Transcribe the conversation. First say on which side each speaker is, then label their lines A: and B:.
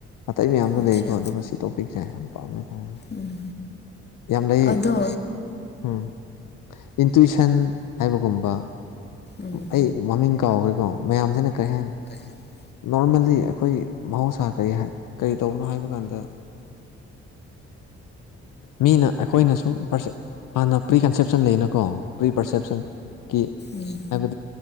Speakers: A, on the left (about 65°); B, on the left (about 30°).
A: ꯑꯇꯩ ꯃꯌꯥꯝꯁꯨ
B: ꯑꯠꯆꯥ
A: ꯂꯩꯀꯣ ꯑꯗꯨꯒ ꯁꯤ ꯇꯣꯄꯤꯛꯁꯦ ꯌꯥꯝ ꯄꯥꯝꯃꯦꯇꯥꯥꯔꯦꯅꯦ
B: ꯎꯝ
A: ꯌꯥꯝ ꯂꯩ
B: ꯑꯗꯣ
A: ꯎꯝ ꯏꯟꯇꯨꯤꯁꯟ ꯍꯥꯏꯕꯒꯨꯝꯕ
B: ꯎꯝ
A: ꯑꯩ ꯃꯃꯤꯡ ꯀꯥꯎꯈ꯭ꯔꯦꯀꯣ ꯃꯌꯥꯝꯁꯤꯅ ꯀꯔꯤ ꯍꯥꯏ
B: ꯍꯥꯏ
A: ꯅꯣꯔꯃꯦꯜꯂꯤ ꯑꯩꯈꯣꯏ ꯃꯍꯧꯁꯥ ꯀꯔꯤ ꯀꯔꯤ ꯇꯧꯕꯅꯣ ꯍꯥꯏꯕ ꯀꯥꯟꯗ ꯃꯤꯅ ꯑꯩꯈꯣꯏꯅꯁꯨ ꯄꯁ ꯍꯥꯟꯅ ꯄ꯭ꯔꯤ ꯀꯟꯁꯦꯞꯁꯟ ꯂꯩꯅꯀꯣ ꯄ꯭ꯔꯤ ꯄ꯭ꯔꯁꯦꯞꯁꯟꯒꯤ
B: ꯎꯝ
A: ꯑꯗ